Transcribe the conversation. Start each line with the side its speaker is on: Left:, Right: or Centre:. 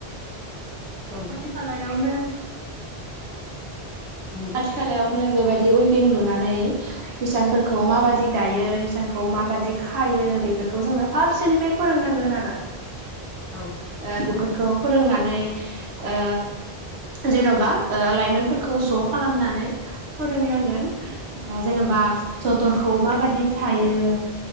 Centre: औ
Right: खाथि खालायावनो
Centre: नंगौ
Right: आथि खालायावनो बेबायदि उइभिं लुनानै हिसानफोरखौ माबादि दायो हिसानखौ माबादि खायो बेफोरखौ जोंनो फारसेनिफ्राय फोरोंनांगोन आरो
Centre: औ
Right: ओ बेफोरखौ फोरोंनानै ओ जेनबा लाइमोनफोरखौ ज खालामनानै फोरोंनांगोन जेनेबा
Centre: औ
Right: जथरखौ माबायदि सायो